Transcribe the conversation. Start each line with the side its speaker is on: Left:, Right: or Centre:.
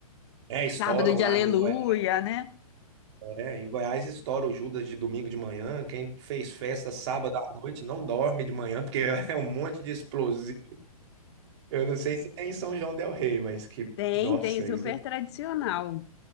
Right: é, estouram
Left: sábado de
Right: lá
Left: aleluia,
Right: em Goiás,
Left: né?
Right: é, em Goiás estoura o Judas de domingo de manhã, quem fez festa sábado à noite não dorme de manhã, porque <laughs> é um monte de explosivo. Eu não sei se tem em São João del Rei, mas que,
Left: Tem,
Right: nossa,
Left: tem, super
Right: isso
Left: tradicional.